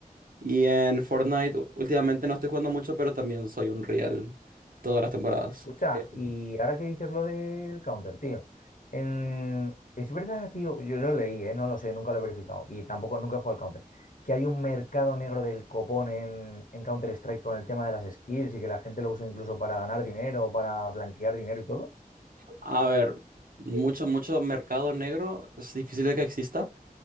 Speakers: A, on the right; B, on the left.
A: Y en Fortnite, u- últimamente no estoy jugando mucho, pero también soy un real todas las temporadas.
B: Escucha,
A: Ok.
B: y ahora que dices lo del counter, tío. en- Es verdad, tío, yo lo leí, ¿eh? No lo sé, nunca lo he verificado. Y tampoco nunca he jugado al counter. Que hay un mercado negro del copón en, en Counter-Strike con el tema de las skills y que la gente lo usa incluso para ganar dinero, para blanquear dinero y todo.
A: A ver, mucho, mucho mercado negro, es difícil de que exista.